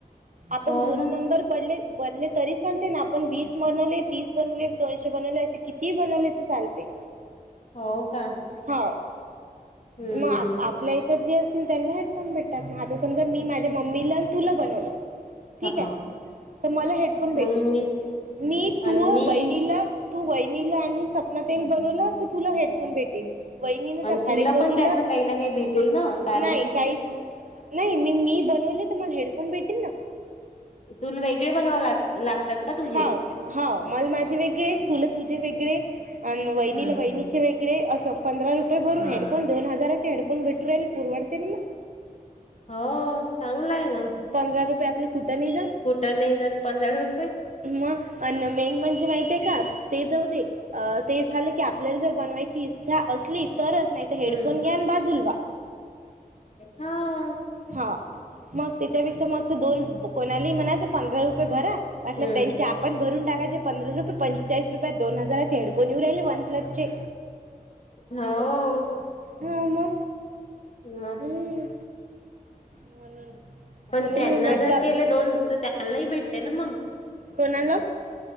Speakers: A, on the right; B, on the left.
A: आपण
B: हो
A: दोन
B: ना
A: नंबर पड बनले तरी सांलते ना आपण वीस बनवले तीस बनवले दोनशे बनवले क बनवले तर चालते
B: हो का.
A: हो
B: हम्म
A: मग आपल्या सबजे असतील त्यांना हेडफोन भेटतात ना आता समज मी माझ्या मम्मीला आणि तुला बनवलं. ठीक
B: हो
A: आहे तर मला हेडफोन भेटले
B: मग मी
A: मी तू
B: आणि मी
A: वहिनीला तू वहिनीला आणि सपना ताईला बनवला तर तुला हेडफोन भेटेल. वहिनीने त्या
B: आणि
A: भाडेकरूला
B: तुला पण त्याचं काही ना काही भेटेल ना. कारण
A: नाही
B: की
A: काहीच
B: तू
A: नाही मी मी बनवले तर मला हेडफोन भेटेन ना.
B: तुला वेगळे बनवाव लाग लागतात का तू
A: हा हा मल माझे वेगळे तुल तुझे वेगळे अनं वहिनीला
B: हम्म
A: वहिनीचे
B: हम्म
A: वेगळे असं. पंधरा रुपये भरून
B: हा
A: हेडफोन दोन हजाराचे हेडफोन भेटू राहील पुरवडते ना म.
B: हो चांगलंय ना.
A: पंधरा रुपये आपले कुठं नाही जात.
B: कुठं नाही जात पंधरा रुपये.
A: मग अन् मेन म्हणजे माहितय का ते जाऊ दे. अ ते झालं की आपल्याला जर बनवायची इच्छा असली तरच नाही तर हेडफोन
B: हम्म
A: घ्या आणि बाजूला व्हा
B: हं.
A: हा मग त्याच्यापेक्षा मस्त दोन कोणालाही म्हणायचं पंधरा रुपये भरा. वाटलं
B: हम्म
A: तेंच्या आपण भरून टाकायचे पंधरा रुपये पंचेचाळीस रुपया दोन हजाराचे हेडफोन येऊ राहिले वन प्लसचे.
B: हाव
A: हा मग
B: म.
A: हम्म म्हणून
B: पण
A: म्हणून
B: त्यांना
A: मी म्हटलं
B: जर
A: आपण
B: केले दोन तर त्यांनाही भेटते ना मग.
A: कोणाला?